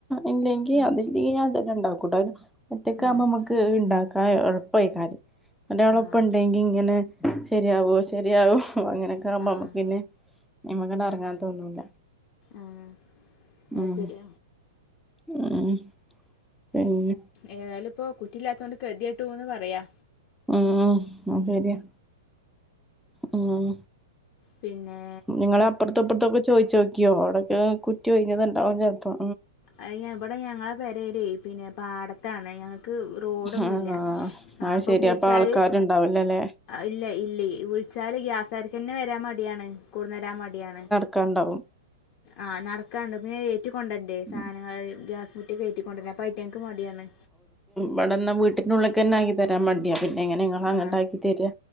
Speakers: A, in the centre; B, on the left.
A: ഇല്ലെങ്കി
B: ഉം
A: അതില്ലി ഞാൻ തന്നെ ഇണ്ടാക്കുട്ടൊ ഒറ്റക്കാവുമ്പോ
B: ആഹ്
A: അമ്മക്ക് ഇത് ഇണ്ടാക്കാൻ എള്പേക്കാരം ഒരാള്
B: ആഹ്
A: ഒപ്പം ഇണ്ടങ്കി ഇങ്ങനെ. ശരിയാവൊ ശരിയാവൊ ഹ് അങ്ങെ നൊക്കാകുമ്പ
B: ആഹ്
A: ഞമ്മക്കിനി അയ്മ്മണ്ട് എറങ്ങാൻ തോന്നൂല.
B: ആഹ് അത്
A: ഉം
B: ശരി
A: ഉം പിന്നെ
B: ഏതായാലു ഇപ്പൊ കുറ്റില്ലാത്തോണ്ട് കെത്യട്ടൂന്ന് പറയാ
A: ഉം അഹ് സെരിയാ ഉം.
B: പിന്നേ
A: നിങ്ങള് അപ്പർത്തും ഇപ്പർത്തൊക്കെ ചോയ്ച്ചോക്യോ. അവ്ടൊക്കെ കുറ്റി ഒഴിഞത് ഇണ്ടാവും ചെല്പോ
B: അയ് ഇബ്ടെ ഞങ്ങളെ പെരേല് പിന്നെ പാടത്താണ് ഞങ്ങക്ക്. ട്ടോഡൊന്നുല്ല.
A: ആഹ് അത്
B: അപ്പൊ
A: ശരി
B: വിള്ച്ചാല്
A: ആൾക്കാരുണ്ടാവില്ലല്ലേ
B: ഇല്ല ഇല്ല്യെ വിളിച്ചാല് ഗ്യാസാര്ക്കെന്നെ വരാന് മടിയാണ് കൊട്ന്നരാൻ മടിയാണ്
A: ഒക്കണ്ടാവും
B: ആഹ് നടക്കാണ്ട്. പിന്നെ ഏറ്റിക്കൊണ്ടന്റെ. സാധനങ്ങൾ
A: ഉം
B: ഗ്യാസും കുറ്റിയൊക്കെ ഏറ്റിക കൊണ്ടര്‌നം. അപൈറ്റങ്ങക്ക് മട്യാണ്.
A: ബെടെന്ന വീട്ടിന്റുള്ള്ക്കെന്നെ ആക്കി തരാൻ മട്യ. പിന്നെ എങ്ങനേ ഇങ്ങളെ അങ്ങട്ടാക്കി
B: ആ
A: തരാ